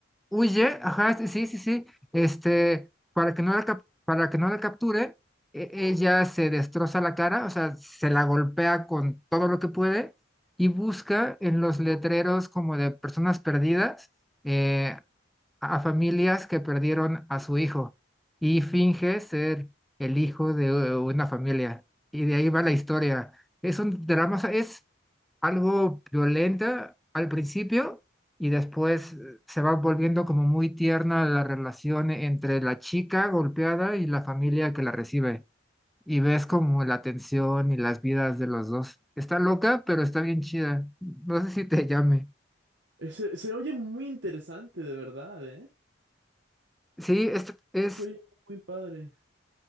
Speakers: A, in the centre; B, on the right.
A: huye, ajá, sí, sí, sí, sí, este, para que no la, cap- para que no la capture, e- ella se destroza la cara, o sea, se la golpea con todo lo que puede y busca en los letreros como de personas perdidas eh, a familias que perdieron a su hijo y finge ser el hijo de eh, una familia. Y de ahí va la historia. Es un drama, o sea, es algo violenta al principio y después eh, se va volviendo como muy tierna la relación entre la chica golpeada y la familia que la recibe. Y ves como la tensión y las vidas de los dos. Está loca, pero está bien chida. No sé si te llame.
B: Se, se oye muy interesante, de verdad, ¿eh?
A: Sí, es, es
B: Se oye muy padre.